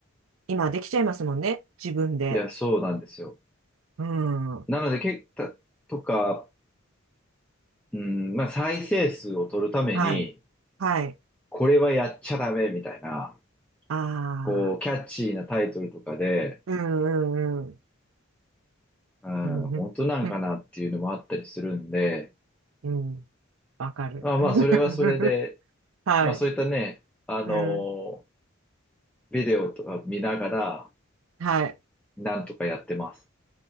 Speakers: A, on the right; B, in the centre.
A: 今できちゃいますもんね、自分で。
B: いや、そうなんですよ。
A: うん。は
B: なので、け、た、とか、うん、まあ、再生数を取るために、
A: い。はい。
B: これはやっちゃダメみたいな、
A: あ
B: こう、キャッチーなタイトルとかで、
A: あ。うんうんうん。
B: うん、
A: うん。
B: 本当なんかなっていうのもあったりするんで、
A: うんわかる。
B: まあまあ、
A: <laughs>
B: それはそれで、
A: はい。
B: まあそういったね、あの、
A: うん。
B: ビデオとか見ながら、
A: はい。
B: なんとかやってます。